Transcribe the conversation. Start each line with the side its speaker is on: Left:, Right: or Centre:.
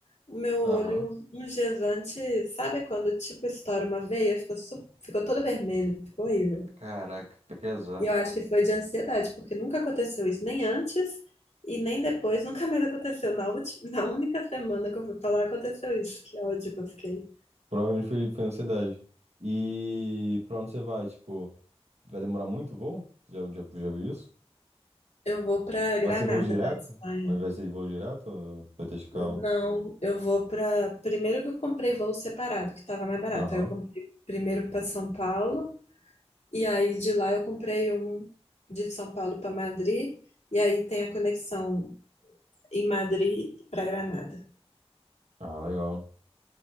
Left: o meu olho,
Right: Aham.
Left: uns dias antes, sabe quando tipo estoura uma veia, ficou, su- ficou todo vermelho, ficou horrível.
Right: Caraca, cara, que azar.
Left: E eu acho que foi de ansiedade, porque nunca aconteceu isso, nem antes e nem depois, nunca mais aconteceu. Na última, <laughs> na única semana que eu fui pra lá, aconteceu isso. Que ódio que eu fiquei.
Right: Provavelmente foi, foi ansiedade. E pra onde você vai? Tipo, vai demorar muito o voo? Já, já, já viu isso?
Left: Eu vou pra Granada,
Right: Vai ser voo direto?
Left: na Espanha.
Right: Vai, vai ser voo direto? ou Vai ter escala?
Left: Não, eu vou para. Primeiro que eu comprei voo separado, que estava mais barato.
Right: Aham.
Left: Aí eu comprei primeiro para São Paulo, e aí de lá eu comprei um de São Paulo para Madrid, e aí tem a conexão em Madrid para Granada.
Right: Ah, legal.